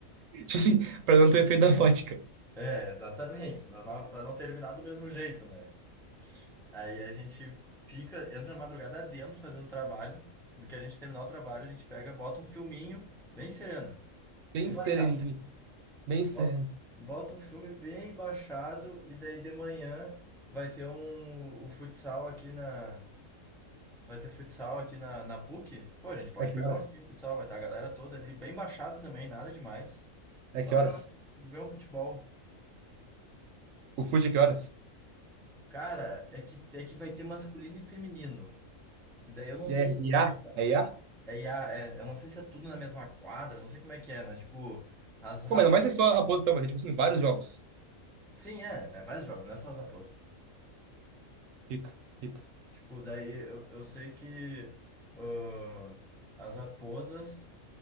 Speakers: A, on the right; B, in the centre.
A: Tipo assim, pra não ter efeito da vodka.
B: É, exatamente, pra não, pra não terminar do mesmo jeito, né? Aí a gente fica, entra a madrugada dentro fazendo trabalho. No que a gente terminar o trabalho, a gente pega, bota um filminho bem sereno,
A: Bem
B: bem baixado.
A: sereninho. Bem sereno.
B: Bota bota um filme bem baixado e daí de manhã vai ter um o futsal aqui na vai ter futsal aqui na, na PUC. Pô, a gente pode
A: É que
B: pegar
A: horas?
B: um jogo de futsal, vai estar a galera toda ali bem baixado também, nada demais.
A: É
B: Só
A: que horas?
B: pra ver um futebol.
A: O fute é que horas?
B: Cara, é que é que vai ter masculino e feminino. E daí eu não sei
A: E É
B: se
A: IA?
B: tu-
A: É IA?
B: é, IA, é, eu não sei se é tudo na mesma quadra, eu não sei como é que é, mas tipo, as rap...
A: Pô, mas não vai ser só a Raposa, então, vai ser tipo assim, vários jogos.
B: Sim, é, é vários jogos, não é só as raposas.
A: Fica, fica.
B: Tipo, daí eu, eu sei que ãh, as raposas